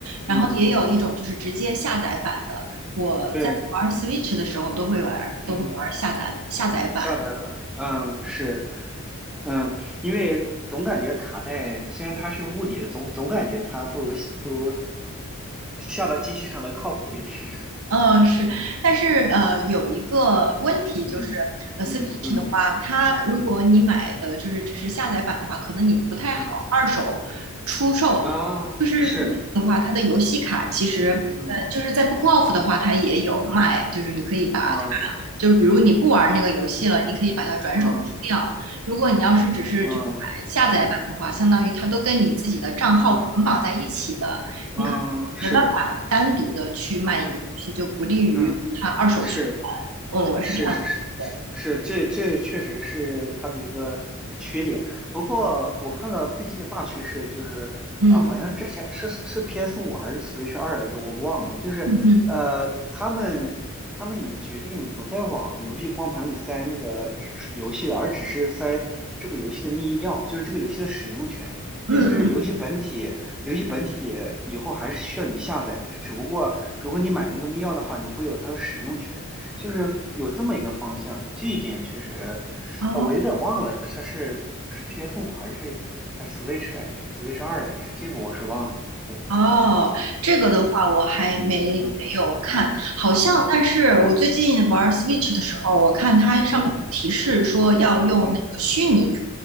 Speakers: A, on the right (about 75°); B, in the centre.
A: 然后也有一种就是直接下载版的。
B: 嗯
A: 我在玩
B: 对
A: Switch 的时候都会玩，
B: 嗯，
A: 都会玩下载下载版。
B: 下载吧，嗯是嗯，因为总感觉卡带虽然它是物理的，总总感觉它不如不如下到机器上的靠谱一点。<laughs>
A: 嗯，是，但是呃，有一个问题就是，
B: 嗯嗯嗯
A: 呃，Switch 的话，它如果你买的就是只是下载版的话，可能你不太好二手出售。
B: 嗯啊是
A: 就是 Switch 的话，它的游戏卡其实，
B: 嗯
A: 呃，就是在 Bookoff 的话，它也有卖，就是你可以把它，
B: 啊
A: 就是比如你不玩那个游戏了，你可以把它转手出掉。
B: 啊
A: 如果你要是只是就是买下载版的话，
B: 啊啊
A: 相当于它都跟你自己的账号捆绑在一起的。
B: 嗯啊是。
A: 你可。没办法单独的去卖一个游戏，
B: 嗯
A: 就不利于它二手循环。
B: 嗯，是，
A: 嗯，我是这样觉得。
B: 是是是是是，这这确实是它的一个缺点。不过我看了最近的大趋势，就是啊、
A: 嗯
B: 好像之前是是 PS 五还是 Switch 二来着，我忘了。就是呃，
A: 嗯嗯
B: 他们他们已经决定不再往游戏光盘里塞那个只游戏了，而只是塞这个游戏的密钥，就是这个游戏的使用权。
A: 嗯嗯，
B: 意思是游戏本体，游戏本体以后还是需要你下载，只不过如果你买那个密钥的话，你会有它的使用权。就是有这么一个方向，这一点确实，
A: 哦。
B: 啊，我有点忘了，它是是 PS 五还是还是 Switch 来，Switch 二来，这这个我是忘了。对，
A: 哦，这个的话我还没没有看，
B: 是，嗯嗯嗯
A: 好像，但是我最近玩 Switch 的时候，
B: 嗯
A: 我看它上面有提示说要用那个虚拟卡，
B: 嗯嗯